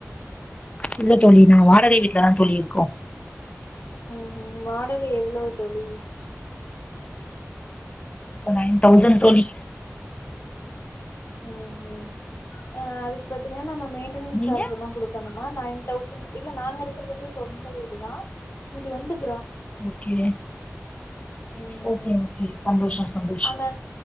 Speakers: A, on the left (about 25°); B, on the left (about 50°).
A: இல்ல தோழி நா வாடகை வீட்டுலதா தோழி இருக்கோ
B: ம் ம் வாடகை எவ்ளோ தோழி
A: இப்ப நைன் தௌசண்ட் தோழி
B: உம் உம் அ அதுக்கு பாத்தீங்கன்னா நம்ம மெயின்டெனன்ஸ்
A: நீங்க
B: ஜார்ஜுலா குடுக்கணுமா நைன் தௌசணு இல்ல நாங்க இருக்குறது வந்து சொந்த வீடுதா இது வந்துப்
A: ஓகே
B: ம்
A: ஓகே ஓகே சந்தோஷோ சந்தோஷோ
B: அந்த